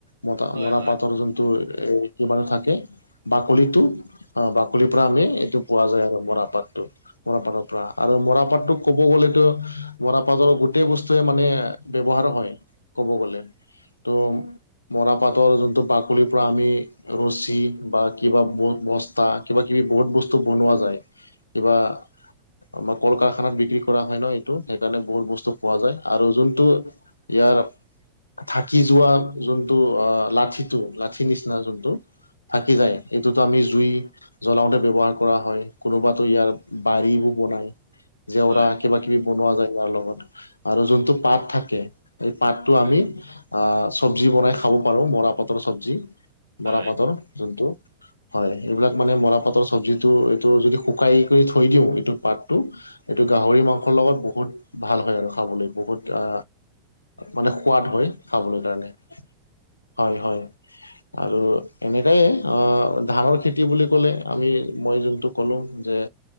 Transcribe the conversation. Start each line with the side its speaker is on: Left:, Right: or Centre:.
Left: মতা, মৰা
Right: হয় হয় হয় হয় হয় হয়
Left: পাটৰ যোনটো এ কি বাৰু থাকে বাকলিটো অ বাকলিৰ পৰা আমি এইটো পোৱা যায় আৰু মৰাপাটটো। মৰাপাটৰ পৰা আৰু মৰাপাটটোক ক'ব গ'লেটো মৰাপাটৰ গোটেই বস্তুৱে মানে ব্যৱহাৰ হয় ক'ব গ'লে। ত, মৰাপাটৰ যোনটো বাকলিৰ পৰা আমি ৰছী বা কিবা ব বস্তা কিবা-কিবি বহুত বস্তু বনোৱা যায়। কিবা আমাৰ কল-কাৰখানাত বিক্ৰী কৰা হয় ন এইটো, সেই কাৰণে বহুত বস্তু পোৱা যায়। আৰু যোনটো ইয়াৰ থাকি যোৱা যোনটো অ লাঠিটো, লাঠি নিচিনা যোন টো থাকি যায়। এইটোতো আমি জুই জলাওঁতে ব্যৱহাৰ কৰা হয়। কোনোবাতো ইয়াৰ বাৰীবোৰ বনায়, জেওৰা
Right: হয়
Left: কিবা-কিবি বনোৱা যায় ইয়াৰ লগত। আৰু যোনটো পাত থাকে, এই পাতটো
Right: হয়
Left: আমি আ চব্জি বনাই খাব পাৰো, মৰাপাটৰ চব্জি।
Right: হয়
Left: মৰাপাটৰ যোনটো হয় এইবিলাক মানে মৰাপাটৰ চব্জিটো এইটো যদি শুকাই কৰি থৈ দিওঁ এইটো পাতটো এইটো গাহৰি মাংসৰ লগত বহুত ভাল হয় আৰু খাবলৈ বহুত আ মানে সোৱাদ হয় খাবৰ কাৰণে। হয়, হয়। আৰু এনেকাই অ ধানৰ খেতি বুলি ক'লে আমি মই যোনটো ক'লো যে